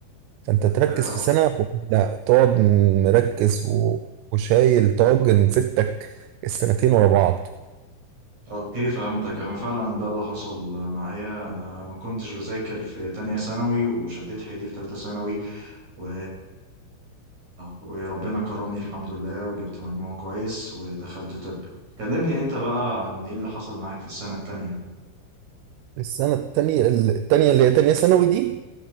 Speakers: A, on the right; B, on the right.
A: فأنت تركز
B: آه،
A: في سنة ولا تقعد مركز و- وشايل طاجن ستك السنتين ورا بعض
B: اوكي فهمتك انا فعلا ده اللي حصل معايا انا ما كنتش بذاكر في تانية ثانوي وشديت حيلي في تالتة ثانوي و... وربنا كرمني الحمد لله وجبت مجموع كويس ودخلت طب كلمني انت بقى عن ايه اللي حصل معاك في السنة التانية
A: السنة التانية التانية اللي هي تانية ثانوي دي